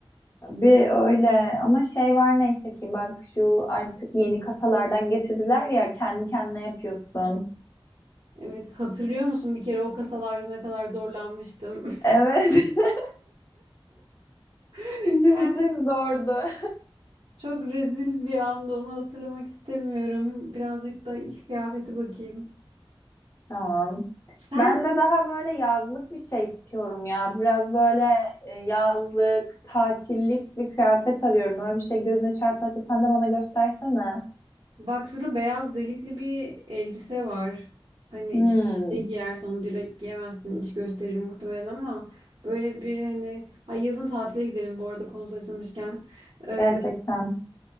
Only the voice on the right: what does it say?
Evet, hatırlıyor musun bir kere o kasalarda ne kadar zorlanmıştım?
<laughs>
Çok rezil bir anda onu hatırlamak istemiyorum. Birazcık da iş kıyafeti bakayım.
Sen
bak şurada beyaz delikli bir elbise var. Hani
içine bir şey giyersin onu direkt giyemezsin. İç gösterir muhtemelen ama böyle bir hani ay yazın tatile gidelim bu arada konusu açılmışken. Ee,